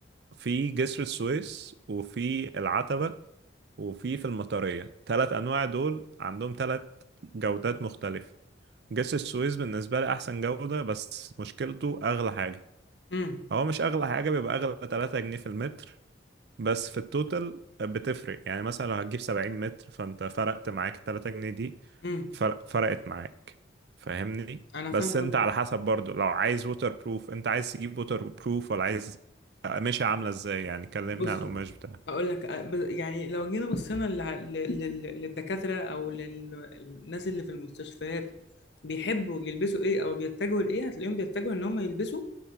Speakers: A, on the right; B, on the left.
A: في جسر السويس وفي العتبة وفي في المطرية تلات أنواع دول عندهم تلات جودات مختلفة جسر السويس بالنسبة لي أحسن جودة بس مشكلته أغلى حاجة
B: امم
A: هو مش أغلى حاجة بيبقى أغلى تلاتة جنيه في المتر بس في التوتال بتفرق يعني مثلا لو هتجيب سبعين متر فأنت فرقت معاك التلاتة جنيه دي
B: امم
A: فرق فرقت معاك فاهمني
B: انا
A: بس
B: فاهم
A: أنت
B: قصدك
A: على حسب برضو لو عايز ووتر بروف أنت عايز تجيب ووتر بروف ولا عايز قماشة عاملة إزاي يعني كلمني
B: بص
A: عن القماش بتاعها
B: هقول لك أ- ب- يعني لو جينا بصينا للع- لل- لل- للدكاترة او للناس اللي في المستشفيات بيحبوا يلبسوا ايه او بيتجهوا لايه هتلاقيهم بيتجهوا ان هم يلبسوا